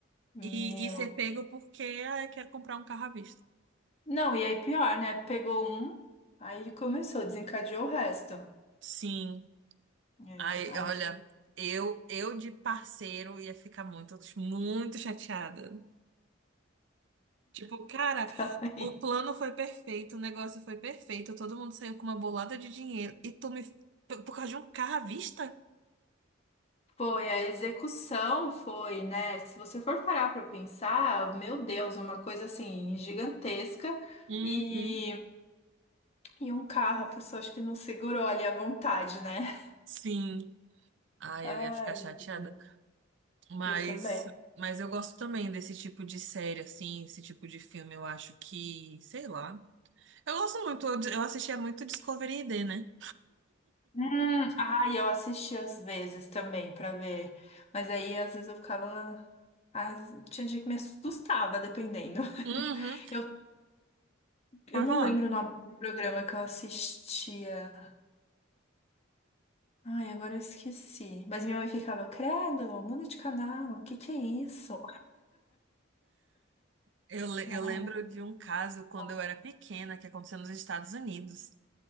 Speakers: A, on the left; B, on the right.
A: Meu.
B: e, e ser pego porque, ah, eu quero comprar um carro à vista?
A: Não, e aí pior, né? Pegou um, aí ele começou, desencadeou o resto.
B: Sim.
A: É,
B: Ai,
A: aí
B: olha,
A: eu
B: eu, eu de parceiro ia ficar muito, muito chateada. Tipo, cara,
A: <laughs> também.
B: o plano foi perfeito, o negócio foi perfeito, todo mundo saiu com uma bolada de dinheiro e tu me. Por por causa de um carro à vista?
A: Foi, a execução foi, né? Se você for parar para pensar, meu Deus, uma coisa assim gigantesca
B: Uhum,
A: e, e um carro, a pessoa acho que não segurou ali à vontade, né?
B: sim. Ai,
A: Ai,
B: eu ia ficar chateada.
A: meu Deus.
B: Mas,
A: Eu também.
B: mas eu gosto também desse tipo de série, assim, esse tipo de filme. Eu acho que, sei lá. Eu gosto muito, eu eu assistia muito Discovery I D, né?
A: Hum, ai, eu assisti às vezes também para ver, mas aí às vezes eu ficava. Às, tinha dia que me assustava, dependendo.
B: Uhum.
A: Eu, eu
B: Pode
A: não
B: falar.
A: lembro o nome do programa que eu assistia. Ai, agora eu esqueci. Mas minha mãe ficava, credo, muda de canal, o que que é isso?
B: Eu, le- eu lembro
A: Ai,
B: de um caso quando
A: bom.
B: eu era pequena que aconteceu nos Estados Unidos.